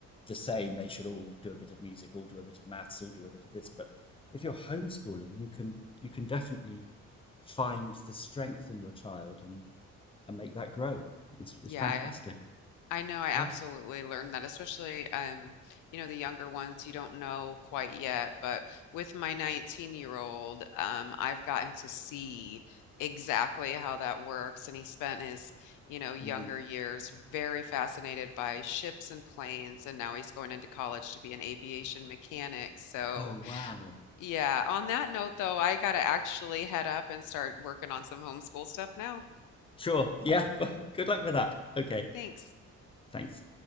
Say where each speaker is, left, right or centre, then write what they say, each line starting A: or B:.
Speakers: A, on the left (about 15°); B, on the left (about 85°).
A: the same. They should all do a bit of music, all do a bit of maths, all do a bit of this. But if you're homeschooling, you can you can definitely find the strength in your child and and make that grow. It's it's
B: Yeah.
A: fantastic.
B: I know I absolutely
A: Yeah.
B: learned that, especially um, you know, the younger ones you don't know quite yet, but with my 19 year old, um, I've gotten to see exactly how that works. And he spent his, you know, younger
A: Mm.
B: years very fascinated by ships and planes, and now he's going into college to be an aviation mechanic. So
A: Oh wow.
B: yeah, on that note though, I gotta actually head up and start working on some homeschool stuff now.
A: Sure. Yeah. <laughs> Good luck with that. Okay.
B: Thanks.
A: Thanks.